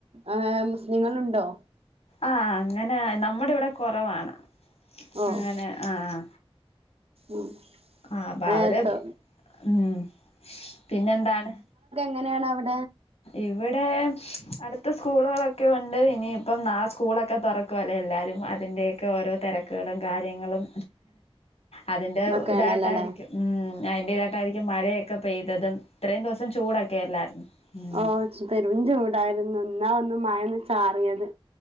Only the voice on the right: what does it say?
ആ് മുസ്ലിംങ്ങള് ഉണ്ടോ
ഓഹ്
ഉം
ഏഹ്
അങ്ങനെയാണ് അവിടെ
ഇങ്ങൊക്കെയാണല്ലോല്ലേ
ഹ പെരുഞ്ചൂടായിരുന്നു <unintelligible> ഇന്നാ ഒന്നു മഴൊന്ന് ചാറിയത്